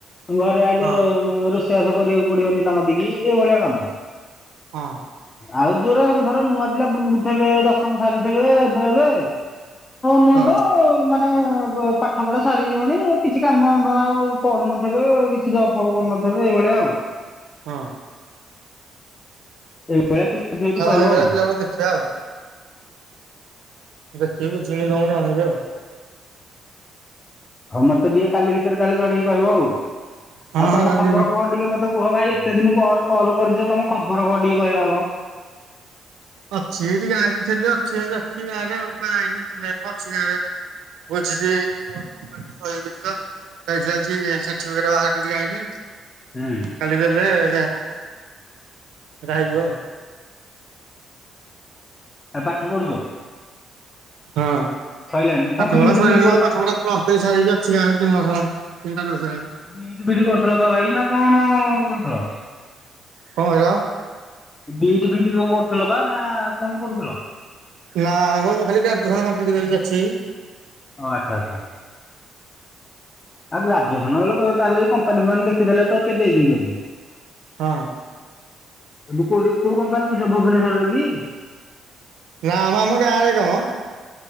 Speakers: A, on the left; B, on the right.
A: ଘରେ ଆଇିଲଲେ
B: ହଁ
A: ରୋଷେଇବାସ କରିବାକୁ ପଡିବନି ତାଙ୍କ ଦେଇକି ଏଇଭଳିଆ କାମ।
B: ହଁ
A: ଆଉ ଯୋରା ଏବେ ଧର ନୂଆ ପିଲା ବୁଲୁଥିବବେ ଦଶମ ଶାରି ଥିବବେ ଏବେ ଏବେ <unintelligible>
B: ହଁ
A: ତ ମାନେ ପାଠ ପଢା ସାରିଯିବଣି, କିଛି କାମ ଆଉ ପଢୁନଥିବେ କି <unintelligible> କରିନଥବେ ଏଇଭଳି ଆଉ
B: ହଁ ଅଁ
A: ଏଇ ଭଳିଆ ପିଲା। ଯଦି
B: ହଁ
A: କହିବ
B: ସେଇଭଳିଆ
A: ଆଉ।
B: ପିଲା କୁ ଦେଖିବା ଆଉ ଦେଖିବି ଯିମି ତମକୁ ଜଣେଇବୁ ଆଉ
A: ହଁ ମତେ ଟିକେ କାଲି ଭିତରେ ତାହେଲେ ଜଣେଇକି କହିବ ଆଉ,
B: ହଁ
A: ଆଉ ତମ
B: ହଁ କାଲି
A: ଖବର କଣ ଟିକେ ମତେ କୁହ ଭାଇ ଏତେ ଦିନ ପରେ କଲ କରିଛ ତମ ଖବର କ ଟିକେ କହିଲ ଆଗ?
B: ଅଛି ଏଠି ଗାଁରେ ଥିଲି ଅଛି, ଅଛି ଗାଁରେ ଆଉ ଅଛି ଗାଁରେ ଗୋଟେ ବୁଝିଲି ଗୋଟେ କପାନୀ କହିବି ତ ସେଇ ସକାଶେ ସାଠିପିକେଟ ବାହାର କରିକି ଆଇଁଲି।
A: ହୁଁ ଉଁ
B: କାଲି ଦେଲେ ହବ, ସେଇଟା ହେଇଯିବ ଆଉ
A: ଆ ପାଠ ପଢ଼ୁଛ?
B: ହଁ ଅଁ
A: ସଇଲାଣି କଣ
B: ପାଠପଢା
A: ବିଇଡି
B: ସରିଲାଣିିମ,
A: ଫିଇଡି କରୁ
B: ପାଠପଢା ପ୍ଲସ ଥ୍ରୀ ସାରିକି ଅଛି ଗାଁରେ ତିନି ବର୍ଷ ହେଲାଣିି, ତିନି ଚାରି ବର୍ଷ ହେଲାଣି।
A: ବିଟ ବିିଟ କରୁଥିଲ ବା ଭାଇ ନା କଣ କରୁଥିଲ?
B: କଣ କହିଲ?
A: ବିଟ ଫିଟ କଣ କରୁଥିଲ ବା, ନା କଣ କରୁଥିଲ?
B: ନା ମୁଁ ମୁଁ ଖାଲି ଗ୍ରାମୁଏସନ୍ କମ୍ପ୍ଲିଟ୍ କରିକି ଅଛି।
A: ଓ ଆଛା ଆଛା, ଆଉ ଗ୍ରାଜୁଏସନ ବୋଲେ ତାହାଲେ ଏଇ <unintelligible> ଦେଖିଦେଲେ ତ ସେ ଦେଇ ପାରିବେ।
B: ହଁ।
A: ଏ ତୁ କୋଉଠି କୋଉ କମ୍ପାନୀ ମୁଁ ଯୋଉ ଭୁବନେଶ୍ଵରରେ କି?
B: ନା ମୋ ଆମ ଗାଁରେ କାମ।